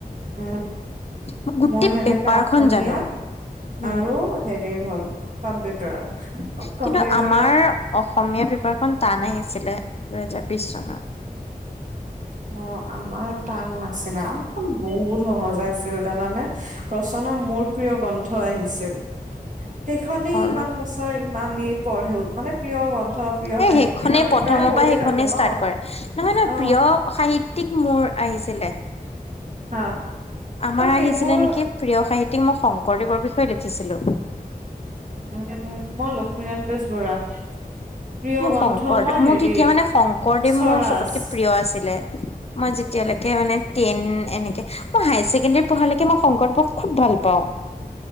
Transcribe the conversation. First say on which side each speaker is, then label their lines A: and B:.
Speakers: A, on the right; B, on the left.
A: উম,
B: মই গোটেই
A: মোৰ সেনেকে
B: পেপাৰখন
A: অসমীয়া
B: জানো উম
A: আৰু হেৰি হ'ল কম্পিউটাৰত অ
B: কিন্তু
A: কম্পিউটাৰত
B: আমাৰ অসমীয়া পেপাৰখন টান আহিছিলে দুহেজাৰ বিশ চনত।
A: অ আমাৰ টান নাছিলে, আমাৰখন বহুত সহজে আছিল তাৰমানে ৰচনা মোৰ প্ৰিয় গ্ৰন্থ আহিছিল। সেইখনেই ইমান
B: অ
A: বছৰ ইমানি পঢ়িও মানে প্ৰিয় গ্ৰন্থ প্ৰিয়
B: এই
A: সাহিত্যিক
B: সেইখনেই
A: আমি
B: প্ৰথমৰ
A: প্ৰায় কৰিয়ে
B: পৰা সেইখনেই
A: থাকো ন
B: ষ্টাৰ্ট কৰে, নহয় নহয়
A: অ
B: প্ৰিয় সাহি তিক মোৰ আহিছিলে,
A: হা
B: আমাৰ
A: ত' সেইবোৰ
B: আহিছিলে নেকি প্ৰিয় সাহিত্যিক মই শংকৰদেৱৰ বিষয়ে লিখিছিলোঁ।
A: উম মই লক্ষ্মীনাথ বেজবৰুৱা। প্ৰিয়
B: মোৰ
A: গ্ৰন্থ
B: শংকৰদেৱ
A: মই হেৰি
B: মোৰ তেতিয়া মানে শংকৰদেৱ
A: স্বৰাজ।
B: মোৰ চবতকে প্ৰিয় আছিলে, মই যেতিয়ালৈকে মানে টেন এনেকে মই হায়াৰ ছেকেণ্ডেৰী পঢ়ালৈকে মই শংকৰদেৱক খুব ভাল পাওঁ।